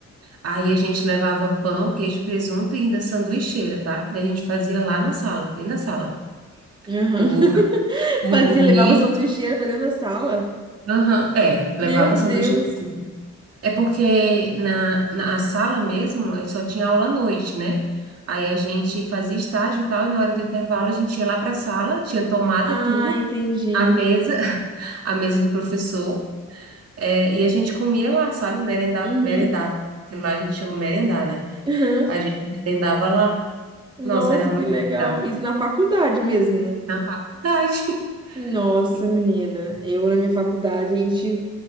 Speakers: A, on the right; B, on the right.
A: aí a gente levava pão, queijo, presunto e ainda sanduicheira, tá? Daí a gente fazia lá na sala, dentro da sala,
B: Aham.
A: o, <laughs> o,
B: Fazia,
A: o milho,
B: levava sanduicheira pra dentro da sala.
A: aham, é, levava
B: Meu
A: sanduíche
B: Deus.
A: É porque na, na a sala mesmo eh, só tinha aula à noite, né? Aí a gente fazia estágio e tal, e na hora do intervalo a gente ia lá para a sala, tinha tomada,
B: Ah,
A: tudo,
B: entendi.
A: a mesa, <laughs> a mesa do professor, eh, e a gente comia lá, sabe? Merendava,
B: Uhum.
A: merendava, que lá a gente chama merendar, né?
B: <laughs>
A: A gente merendava lá.
B: Nossa,
A: Nossa, era muito
B: que legal.
A: legal.
B: Isso na faculdade mesmo, né?
A: Na faculdade.
B: Nossa,
A: <laughs>
B: menina. Eu na minha faculdade, a gente,